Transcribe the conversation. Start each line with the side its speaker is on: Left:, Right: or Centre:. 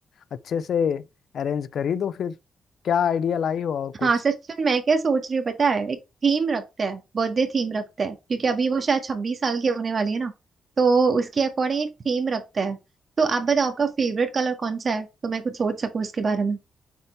Left: अच्छे से अरेंज कर ही दो फिर क्या आइडिया लाई हो और कुछ
Right: हाँ सचिन मैं क्या सोच रही हूँ पता है एक थीम रखते हैं बर्थडे थीम रखते हैं क्योंकि अभी वो शायद छब्बीस साल की होने वाली है ना तो उसके अकॉर्डिंग एक थीम रखते हैं तो आप बताओ आपका फेवरेट कलर कौन सा है तो मैं कुछ सोच सकूँ उसके बारे में